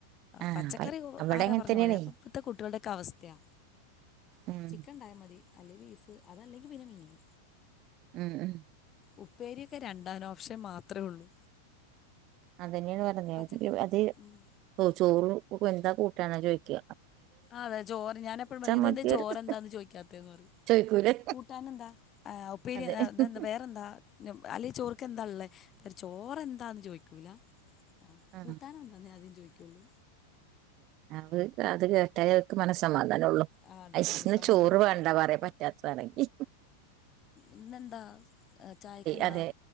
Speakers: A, on the right; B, on the left.
A: ആഹ്
B: പച്ചക്കറി
A: പ അവിടെ
B: ആരാ
A: അങ്ങനെ
B: പർഞ്ഞ
A: തന്നെയാണേ
B: പോലെ ഇപ്പത്തെ കുട്ടികളുടെ ഒക്കെ അവസ്ഥയാ
A: ഉം
B: ചിക്കൻ ഇണ്ടായാ മതി അല്ലെങ്കിൽ ബീഫ് അതല്ലെങ്കിൽ പിന്നെ മീന്
A: ഉം ഉം
B: ഉപ്പേരിയൊക്കെ രണ്ടാൻ ഓപ്ഷൻ മാത്രേ ഉള്ളൂ
A: അതന്നെയാണ് പർഞ്ഞത്
B: പച്ചക്കറി
A: അത്
B: ഉം
A: ചോറ് എന്താ കൂട്ടാന് ചോദിക്ക
B: അതെ ചോറ് ഞാന എപ്പളും പറയും ഇത്
A: മതിയായിരുന്നു
B: എന്താ ചോറെന്താന്ന് ചോയിക്കാത്തന്ന് പറയും
A: ചോദിക്കൂലേ
B: കൂട്ടാൻ എന്താ ആ ഉപ്പേരി
A: അതെ
B: തന്താ വേറെ എന്താ അല്ലെ ചോർക്ക്ക്കെന്താ ഉള്ളേ ചോറെ എന്താന്ന് ചോയ്ക്കൂല ആഹ്
A: ആ
B: കൂട്ടാന് എന്തന്നേ ആദ്യം ചോയിക്കൊള്ളൂ
A: അവ അത് കേട്ടാലെ അവർക്ക് മനസ്സമാധാനം ഉള്ളു
B: ആ അതെ
A: അയ്‌ശ്
B: മനസ്സമാധാനമുണ്ട്
A: ന്ന് ചോറ് വേണ്ട പറയു പറ്റാത്താണെങ്കി
B: ഇന്ന് എന്താ ചായക്കന്താ.
A: അതെ